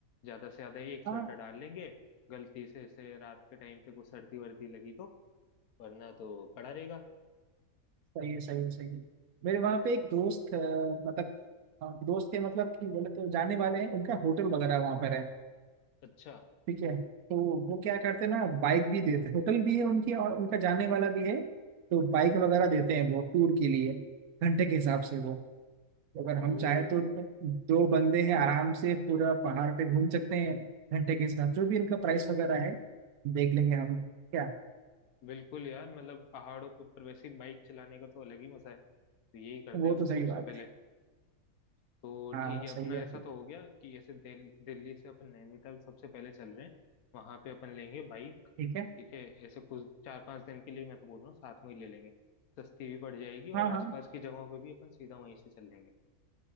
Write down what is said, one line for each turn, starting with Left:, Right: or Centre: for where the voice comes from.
Left: ज़्यादा से ज़्यादा एक स्वेटर
Right: हाँ
Left: डाल लेंगे गलती से ऐसे रात के टाइम पे कोई सर्दी वर्दी लगी तो वरना तो पड़ा रहेगा
Right: सही है सही है सही है मेरे वहाँ पे एक दोस्त अ, मतलब अ, दोस्त के मतलब कि बोले तो जाने वाले हैं उनका होटल वगैरह वहाँ पर है
Left: अच्छा
Right: ठीक है तो वो क्या करते हैं ना बाइक भी देते हैं होटल भी है उनकी और उनका जाने वाला भी है तो बाइक वगैरह देते हैं वो टूर के लिए घंटे के हिसाब से वो अगर
Left: ओ
Right: हम चाहे तो दो बंदे हैं आराम से पूरा पहाड़ पे घूम सकते हैं घंटे के साथ जो भी इनका प्राइस वगैरह है देख लेंगे हम क्या
Left: बिल्कुल यार मतलब पहाड़ों के ऊपर वैसे ही बाइक चलाने का तो अलग ही मजा है तो यही करते
Right: वो
Left: हैं अपन
Right: तो सही
Left: सबसे
Right: बात
Left: पहले
Right: है
Left: तो
Right: हाँ
Left: ठीक है अपना
Right: सही है
Left: ऐसा तो हो गया कि ऐसे दिल, दिल्ली से अपन नैनीताल सबसे पहले चल रहे हैं वहां पे अपन लेंगे बाइक
Right: ठीक है
Left: ठीक है ऐसे कुछ चार पांच दिन के लिए मैं तो बोल रहा हूँ साथ में ही ले लेंगे सस्ती भी पड़ जाएगी और
Right: हाँ
Left: आसपास
Right: हाँ
Left: की जगहों पे भी अपन सीधा वहीं से चल लेंगे